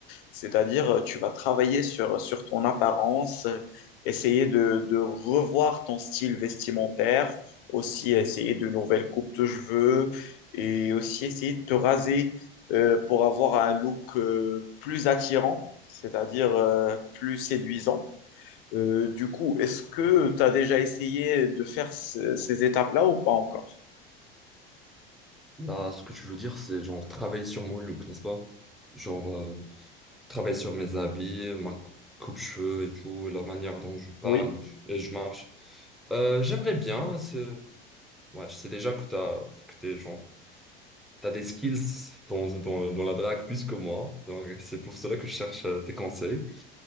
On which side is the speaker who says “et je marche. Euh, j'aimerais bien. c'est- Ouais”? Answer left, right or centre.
Centre